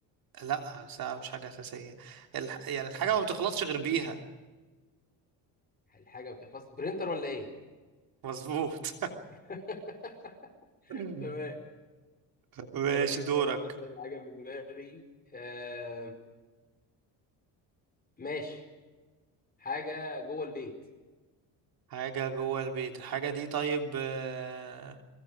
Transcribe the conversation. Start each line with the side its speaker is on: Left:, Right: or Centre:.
Right: لأ ساعة مش حاجة أساسية ال يعني الحاجة
Left: آه
Right: ما بتخلصش غير بيها
Left: الحاجه بتخلص برينتر ولا ايه
Right: مظبوط
Left: <laughs>
Right: <laughs>
Left: تمام
Right: ماشي
Left: طيب
Right: دورك
Left: انا مثلا حاجه في دماغي آه ماشي حاجه جوه البيت
Right: حاجة جوه البيت الحاجة دي طيب آه،